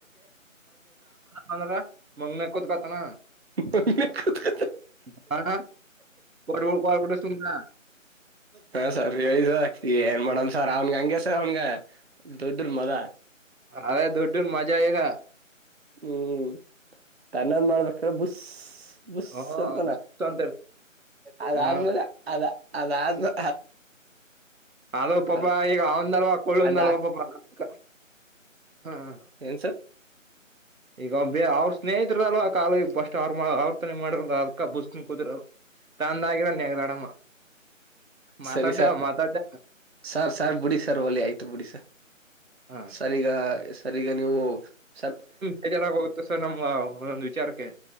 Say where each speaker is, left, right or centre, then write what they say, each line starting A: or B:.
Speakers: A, on the right; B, on the right.
A: ಅಂದ್ರ ಮಂಗನಂಗ್ ಕೂತ್ಕತಾನ.
B: ಮೊನ್ನೆ ಕೂತ್ಕೊತ
A: <unintelligible>
B: ಹ ಸರ್ ಹೇಳಿ ಸರ್ ಏನ್ ಮಾಡನ್ ಸರ್ ಅವ್ನ್ಗ ಹಂಗೆ ಸರ್ ಅವ್ನ್ಗ. ದುಡ್ಡಿನ ಮದ.
A: ಅದೇ ದುಡ್ಡಿನ್ ಮಜಾ ಇಗಾ.
B: ಹ್ಮ್ ತನ್ನದ್ ಮಾಡ್ಬೇಕಾದ್ರೆ ಬುಸ್ ಬುಸ್
A: ಹ್ಮ
B: ಅಂತಾನ
A: ಅಂತ
B: ಅದಾದ್ಮೇಲೆ
A: ಹ
B: ಅದ ಅದಾದ್ಮೇಲ
A: ಆದ್ರೂ ಪಾಪ
B: ಅದ
A: ಈಗ ಅವಂದಲ್ವಾ ಕುಳ್ಳುಂದಲ್ವಾ
B: ಅದಾ
A: ಪಾಪ ಅ ಹಾ ಹಾ ಹಾ
B: ಏನ್ ಸರ್
A: ಈಗ ಅವ್ನ ಬೇ ಅವ್ರ ಸ್ನೇಹಿತರದಲ್ವಾ ಆ ಕಾಲ ಈಗ್ ಬಸ್ಟ್ ಅವ್ರ ಅವ್ರ ತಾನೆ ಮಾಡಿರೋದೂ ಅದಕ ಬುಸ್ ನಂಗ್ ಕುತಿರ್ತನ್ ತಂದ ಆಗಿರ ನೆಗದಾಡಂ ಮಾತಾಡ್ಯಾ
B: ಸರಿ ಸರ್
A: ಮಾತಾಡ್ದ
B: ಸರ್ ಸರ್ ಬಿಡಿ ಸರ್ ಹೊಲಿ ಆಯ್ತು ಬಿಡಿ ಸರ್.
A: ಹ
B: ಸರ್ ಈಗ್ ಸರ್ ಈಗ್ ನೀವು ಸರ್
A: ಬೇಜಾರ್ ಆಗ್ ಹೋಗುತ್ತೆ ಸರ್ ನಮ್ ಒಂದ್ ಒಂದ್ ವಿಚಾರಕ್ಕೆ